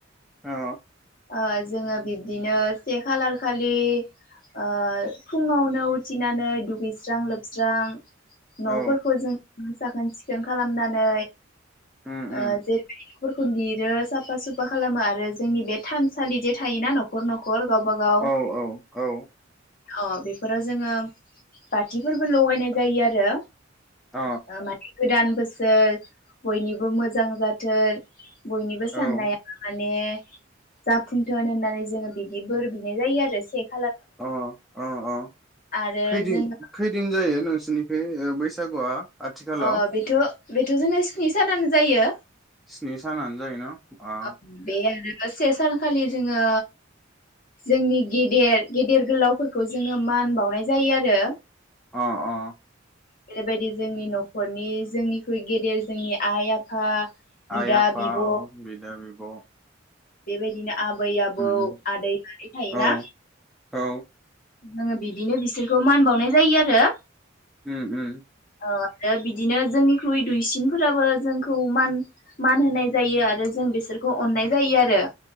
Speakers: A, in the centre; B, on the left (about 45°).
A: औ
B: ओ जोङो बि बिदिनो से खालार खालि ओ फुङावनो उथिनानै दुगैस्रां लोबस्रां न'फोरखौ
A: औ
B: जों साखोन सिखोन खोन खालामनानै
A: उम
B: ओ <unintelligible>
A: उम
B: <unintelligible> लिरो साफा सुफा खालामो आरो जोंनि बे थानसालि जे थायोना न'खर न'खर गावबा गाव
A: औ औ औ।
B: अ बेफोराव जोङो बाथिफोरबो लगायनाय जायो आरो।
A: अ
B: <unintelligible> गोदान बोसोर बयनिबो मोजां जाथों बयनिबो साननाया
A: औ
B: माने जाफुंथोन होननानै जोङो बिदि बोर बिनाय जायो आरो। <unintelligible>
A: अ अ अ
B: आरो
A: खैदिन
B: जोङो
A: खैदिन जायो <unintelligible> जोंनि बे बैसागुआ? आथिखालाव
B: अ बेथ' बेथ' जोंना स्नि सानानो जायो
A: स्नि सानानो जायो न अ
B: ओ बे <unintelligible> से सानखालि जोङो जोंनि गेदेर गेदेर गोलावफोरखौ जोङो मान बावनाय जायो आरो।
A: अ अ।
B: बेैबायदि जोंनि न'खरनि जोंनिख्रुइ गेदेर जोंनि आइ आफा बिदा
A: आइ आफा
B: बिब'
A: औ बिदा बिब'
B: बेबायदिनो आबै आबौ
A: उम
B: आदै मादै थायोना।
A: औ औ
B: आङो बिदिनो बिसोरखौ मान बावनाय जायो आरो। आरो।
A: उम उम।
B: औ बिदिनो जोंनिख्रुइ दुइसिनफोराबो जोंखौ मान मान होनाय जायो आरो जों बिसोरखौ अननाय जायो आरो ।